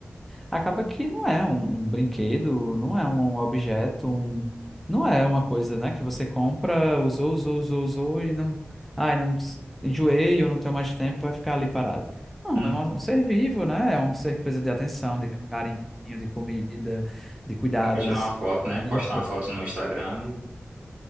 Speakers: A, in the centre; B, on the right (about 35°).
A: acaba que não é um, um brinquedo, não é um, um objeto, um, não é uma coisa, né, que você compra, usou, usou, usou, usou e não, ai, não ps- enjoei, eu não tenho mais tempo, vai ficar ali parado. Não,
B: Hum.
A: é uma- um ser vivo, né? É um ser que precisa de atenção, de carinho, de comida, de cuidados.
B: Pra tirar uma foto, né?
A: Ent-
B: Postar uma foto no Instagram e.